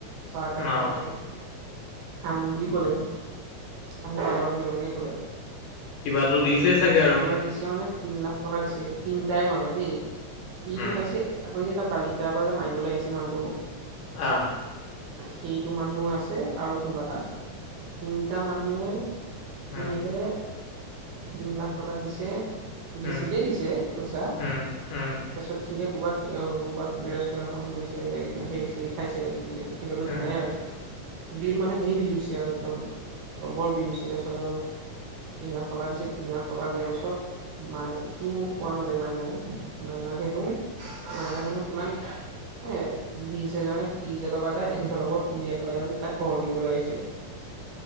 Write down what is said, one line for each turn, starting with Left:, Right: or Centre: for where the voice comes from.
Right: চাহ একাপ
Left: অ',
Right: খাবাচোন, খাম বুলি ক'লে আহিব অলপ সি এনেকে ক'লে
Left: কিবাতো
Right: তাৰপিছত
Left: দিছেই চাগে আৰু
Right: কিবা দিছে মানে তিনি লাখ টকা দিছে, তিনিটাৰে মাজত দেই, এইটো
Left: উম,
Right: খাইছে আকৌ যে তাত বালিশা পৰা যে মাৰিবলৈ আহিছিল মানুহটো।
Left: অঁ।
Right: সেইটো মানুহ আছে আৰু কোনবা এটা আছে তিনিটা মানুহে। সিহঁতে
Left: উম,
Right: তিনি লাখ টকা দিছে। বেছিকে
Left: উম,
Right: দিছে পইচা
Left: উম, উম,
Right: তাৰপিছত ক'ৰবাত ক'ৰবাত ৰেষ্টুৰেণ্টখনত গৈছে হেৰি চেৰি খাইছে। সেইটোতো জানাই
Left: উম।
Right: আৰু বিল মানে ধেৰ বিল হৈছে আৰু একদম ডবল বিল হৈছে। তেৰাছল আৰু তিন লাখ টকা দিছে তিন লাখ টকা দিয়াৰ পিছত মাই সি মোক কোৱা মতে মাইনাই। মাইনা খেনো মাইনা হেনো কিমান এ বিশ হাজাৰ নে ত্ৰিশ হাজাৰ টকা এটা এনভেলভত সোমিয়াই পেলাই মানে তাক ঘৰ দিবলৈ আহিছিলে।